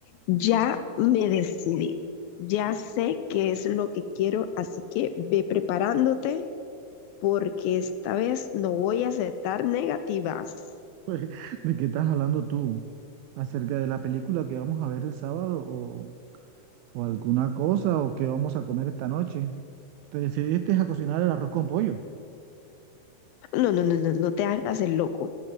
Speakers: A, on the left; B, on the right.
A: Ya me decidí, ya sé qué es lo que quiero, así que ve preparándote porque esta vez no voy a aceptar negativas.
B: <laughs> ¿De qué estás hablando tú? ¿Acerca de la película que vamos a ver el sábado o, o alguna cosa o qué vamos a comer esta noche? ¿Te decidiste a cocinar el arroz con pollo?
A: No, no, no, no, no te hagas el loco.